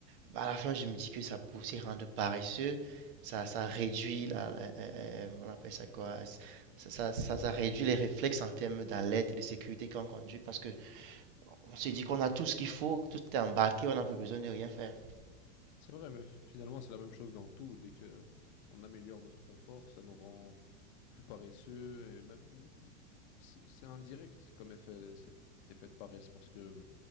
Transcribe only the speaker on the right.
Bah, à la fin, je me dis que ça peut aussi rendre paresseux. Ça, ça réduit la, la- euh, euh, on appelle ça quoi? Ça, ça, ça- ça réduit les réflexes en termes d'alerte et de sécurité quand on conduit parce que on s'est dit qu'on a tout ce qu'il faut, tout est embarqué, on n'a plus besoin de rien faire.